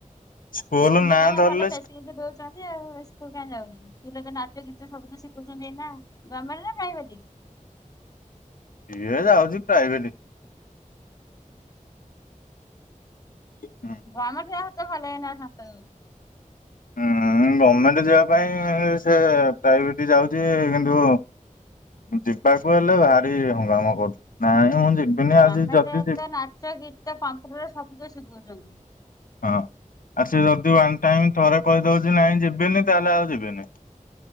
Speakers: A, on the left; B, on the left.
A: ସ୍କୁଲ
B: ସ୍କୁଲରେ
A: ନାଁ
B: ତାଙ୍କେ
A: ଧରିଲେ
B: ଭଲ ଫ୍ୟାସିଲିଟି
A: ସିଏ
B: ଦଉଛ ଆଉ ସ୍କୁଲ କାଁ ଯାଉନି ସ୍କୁଲରେ ତ ନାଚ ଗୀତ ସବୁ ତ ଶିଖୁଛନ୍ତି ନା ଗମରେ ନା ପ୍ରାଇ ଭେଟି?
A: ଇଏ ଯା ହଉଛି ପ୍ରାଇଭେଟ। ହୁଁ।
B: ଘମ ସେ ହାତ ଭଲ ନାତ
A: ହଁ ଗଭର୍ଣ୍ଣମେଣ୍ଟ ଯିବା ପାଇଁ ସେ ପ୍ରାଇଭେଟ ଯାଉଛି କିନ୍ତୁ ଯିବାକୁ ହେଲେ ଭାରି ହଙ୍ଗାମା କରୁଛି ନାଇଁ ମୁଁ ଯିବି
B: ଗମେଣ୍ଟେ
A: ଆଜି ଯଦି
B: ତ ନାଚ ଗୀତ କମ୍ପୁଟରେ ସବୁ ତ ଶିଖଉଛନ୍ତି।
A: ହଁ ଆଉ ସେ ଯଦି ୱାନ୍ ଟାଇମ ଥରେ କହିଦଉଛି ନାଇଁ ଯିବେନି ତାହେଲେ ଆଉ ଯିବେନି।